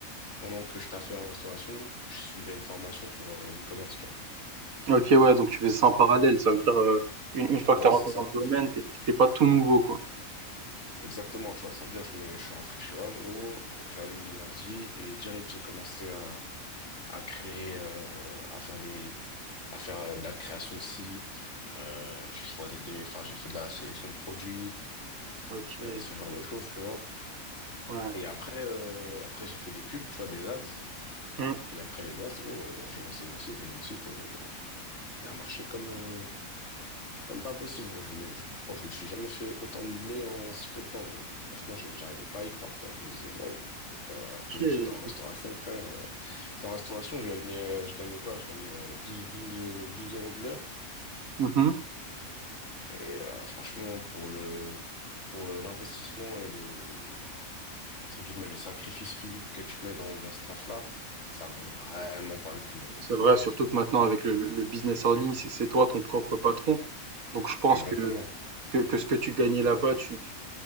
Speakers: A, on the left; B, on the right.
A: pendant que je taffais en restauration, je suivais une formation pour euh, l'e-commerce, tu vois.
B: Ok ouais, donc tu faisais ça en parallèle, ça veut dire euh, une, une fois
A: Ouais,
B: que t'as rentré
A: c'est ça.
B: dans le domaine, t'es t'étais pas tout nouveau quoi.
A: Exactement, tu vois. Ça veut dire, je me, je suis rentré chez moi, en gros, j'ai allumé mon ordi, et direct, j'ai commencé à à créer, euh, à faire des, à faire euh, de la création de sites. Euh, j'ai choisi des, enfin, j'ai fait de la sélection de produits,
B: Ok.
A: euh, ce genre de choses, tu vois.
B: Ouais.
A: Et après, euh, après, j'ai fait des pubs, tu vois, des ads.
B: Mmh.
A: Et après les ads, gros, euh, j'ai lancé mon site et mon site, euh, il a marché comme, euh, comme pas possible. gros. Je me, je, je me suis jamais fait autant de blé en si peu de temps. gros. Franchement, j'ai- j'arrivais pas à y croire, tu vois. Je me disais, waouh. Alors
B: OK.
A: que j'étais en restauration, frère. euh, J'étais en restauration, je gagnais, euh, je gagnais quoi? Je gagnais euh, 12, 12 euh, 12 euros de l'heure.
B: Mmh
A: Et euh, franchement, pour le, pour le- l'investissement et le, entre guillemets, le sacrifice physique que tu mets dans, dans ce taf-là, ça vaut vraiment pas le coup. gros.
B: C'est vrai, surtout que maintenant avec le le business en ligne, c'est c'est toi ton propre patron. Donc je pense
A: Exactement.
B: que que que ce que tu gagnais là-bas, tu tu